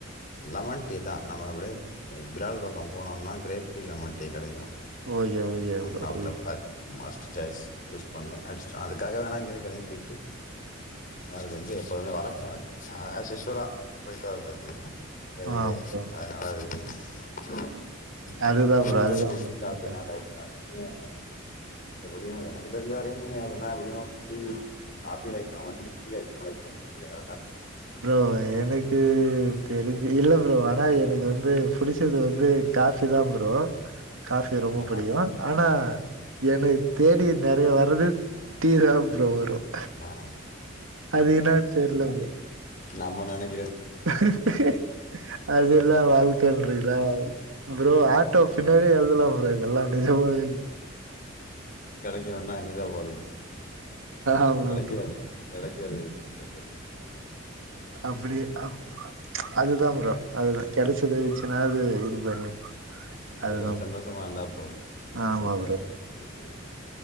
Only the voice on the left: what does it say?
லெமன் டீ தான் நம்ம அப்டியே பிரேயில் பக்கம் போனோம்னா கிரேப் டீ லெமன் டீ கெடைக்கும்
ஒன்
ஆப்
தஸ் மஸ் ஜாய்ஸ்ட் சூஸ் பண்ணு அடிச்சட்டோம் அதுக்காக வேணா இங்கேயந்கிளையையும் போயி்டட்டு அது வந்து எப்போதுமே வளர்க்கம் அது அதது அசுஷூலா போயிட்டு வருதுது எவரி
டே
அதனால அதுனால அது <unintelligible>
நாலு
போப்பர்
<inaudible> <inaudible> <inaudible> எப்டியும் எனக்கு தெரிஞ்ச வரையும் நீப்படின்னா எப்டியும் டி காபி ரை பண்ண மாட்டிங்க
ஆஹா
ஆ
நம நனக்கு
ணும்ன்னா எனக்கா போராது
கெடைக்கது
கெடைக்கது கேட்டது
அதுல
சந்தோஷமா
இருந்தா போதும் நம்ம
அதுக்கு
திருப்பி <inaudible>